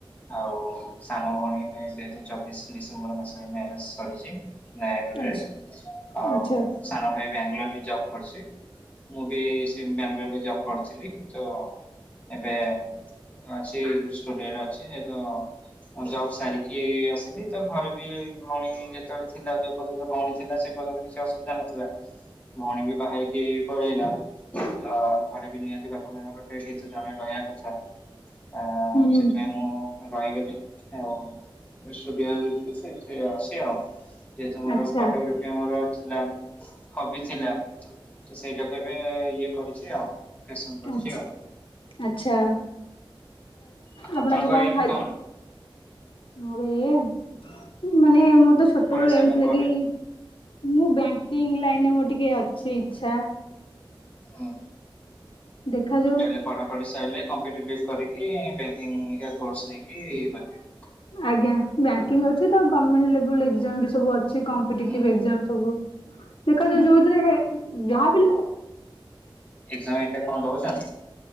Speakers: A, on the left (about 15°); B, on the left (about 75°).
A: ଆଉ ସାନ ଭଉଣୀ ମେ ଦୁଇ ହଜାର ଚବିଶ ଡିସେମ୍ବର ମାସରେ ମ୍ୟାରେଜ ସରିଚି। ନୟାଗଡ଼ରେ
B: ଆଚ୍ଛା
A: ଆଉ
B: ଆଚ୍ଛା
A: ସାନ ଭାଇ ବାଙ୍ଗାଲୋର ରେ ଜବ୍ କରୁଚି। ମୁଁ ବି ସେଇ ବାଙ୍ଗଲୋରରେ ଜବ୍ କରୁଥିଲି କିନ୍ତୁ ଏବେ ଅଛି ଗୋଟେ ଷ୍ଟୁଡିଓ ରେ ଅଛି ଏ ତ ମୁଁ ଜବ୍ ସାରିକି ଆସିଲି ତ ଘରେ ବି ଭଉଣୀ ଯେତବେଳେ ଥିଲା ଯୋଉ ପର୍ଯ୍ୟନ୍ତ ଭଉଣୀ ଥିଲା ସେ ପର୍ଯ୍ୟନ୍ତ କିଛି ଅସୁବିଧା ନଥିଲା ଭଉଣୀ ବି ବାହା ହେଇ କି ପଳେଇଲା ତ ଘରେ ବି ନିହାତି ବାପା ମାଙ୍କ ପାଖରେ କେହି ତ ଜଣେ ରଇବା କଥା। ଆ
B: ହୁଁ
A: ସେଥିପାଇଁ ମୁଁ ରଇଗଲି ଆଉ <unintelligible> ସେ ଅଛି ଆଉ ଯେହେତୁ ମୋର
B: ଆଚ୍ଛା
A: ଫଟୋଗ୍ରାଫି ମୋର ଥିଲା ହବି ଥିଲା। ତ ସେଇଟା କେବେ ଇଏ କରିଛି ଆଉ। ଫେସନ କରିଛି
B: ଆଚ୍ଛା
A: ଆଉ।
B: ଆଚ୍ଛା।
A: ଆଉ
B: ଆପଣ
A: ଆପଣଙ୍କ
B: ଆଜି
A: ଏମ
B: ଖାଇ
A: କଣ?
B: ମୋର ଏମ୍? ମାନେ ମୋର ତ ଛୋଟବେଳୁ
A: ପଢା ସରିଲା
B: ଏମ୍ ଥିଲା
A: ପରେ
B: କି ମୁଁ ବ୍ୟାଙ୍କିଙ୍ଗ
A: ହୁଁ।
B: ଲାଇନରେ ମୋର ଟିକେ ଅ ଛି ଇଚ୍ଛା।
A: ହଁ।
B: ଦେଖାଯାଉ
A: ଏଲେ ପଢା ପଢି ସାଇଲା କମ୍ପିଟେଟିବ୍ କରିକି ବ୍ୟାଙ୍କିଙ୍ଗ <unintelligible> କୋର୍ଷ ନେଇକି କରିବେ।
B: ଆଜ୍ଞା ବ୍ୟଙ୍କିଙ୍ଗ ଅଛି ତ ଗମେଣ୍ଟ ଲେବୁଲ୍ ଏଗଜାମ ବି ସବୁ ଅଛି କମ୍ପିଟେଟିଭ
A: ହୁଁ
B: ଏଗ୍ ଜାମ ସବୁ। ଦେଖାଯାଉ
A: ହୁଁ
B: ଯୋଉଥିରେ ଯାହା ବିିଲ
A: ଏଗଜାମ ଏକା କଣ ଦଉଚନ୍ତି?